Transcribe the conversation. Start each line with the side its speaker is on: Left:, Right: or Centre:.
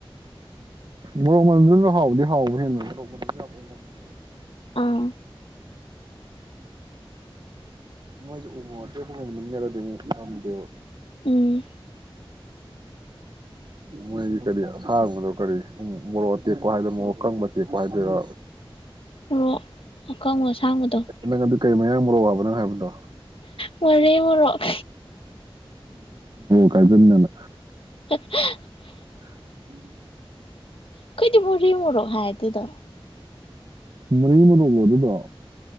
Right: ꯃꯣꯔꯣꯛ ꯃꯅꯝꯗꯨꯁꯨ ꯍꯥꯎꯕꯗꯤ ꯍꯥꯎꯕꯅꯤꯗꯨꯝ ꯃꯣꯔꯣꯛ ꯃꯅꯝꯗꯣ ꯌꯥꯝ ꯑꯣꯏꯅꯝꯕꯅꯦꯕ
Left: ꯑꯥ
Right: ꯃꯣꯏꯁꯨ ꯎꯃꯣꯔꯣꯛ ꯑꯇꯦꯛꯄꯒꯨꯝꯕꯅ ꯃꯦꯠꯂꯗꯤ ꯑꯃꯨꯛ ꯅꯝꯗꯦꯕ
Left: ꯎꯝ
Right: ꯃꯣꯏꯒꯤ ꯀꯔꯤ ꯑꯁꯥꯡꯕꯗꯣ ꯀꯔꯤ ꯃꯣꯔꯣꯛ ꯑꯇꯦꯛꯄ ꯍꯥꯏꯗꯅ ꯃꯣꯔꯣꯛ ꯀꯪꯕ ꯇꯦꯛꯄ ꯍꯥꯏꯗꯅ
Left: ꯑꯣ ꯑꯀꯪꯕ ꯑꯁꯥꯡꯕꯗꯣ
Right: ꯅꯪ ꯑꯗꯨ ꯀꯩꯃ ꯃꯌꯥꯝ ꯃꯣꯔꯣꯛ ꯋꯥꯕ ꯅꯪ ꯍꯥꯏꯕꯗꯣ
Left: ꯃꯣꯔꯦ ꯃꯣꯔꯣꯛ
Right: ꯀꯥꯏꯗ ꯅꯅ
Left: <unintelligible>
Right: ꯎꯝ
Left: ꯈꯣꯏꯗꯤꯕꯨꯔꯤ ꯃꯣꯔꯣꯛ ꯍꯥꯏ ꯑꯗꯨꯗꯣ
Right: ꯃꯨꯔꯤ ꯃꯣꯔꯣꯛꯂꯣ ꯑꯗꯨꯗꯣ